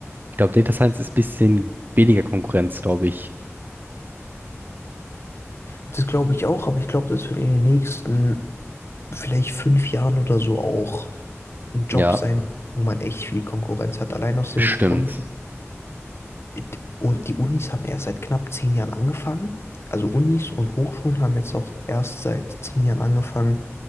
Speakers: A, on the right (about 40°); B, on the left (about 55°).
A: Ich glaube, Data Science ist ein bisschen weniger Konkurrenz, glaube ich.
B: Das glaube ich auch, aber ich glaube, das wird in den nächsten vielleicht fünf Jahren oder so auch ein Job
A: Ja,
B: sein, wo man echt viel Konkurrenz hat. Allein aus dem
A: bestimmt.
B: Grund, it- und die Unis haben erst seit knapp zehn Jahren angefangen. Also Unis und Hochschulen haben jetzt auch erst seit zehn Jahren angefangen,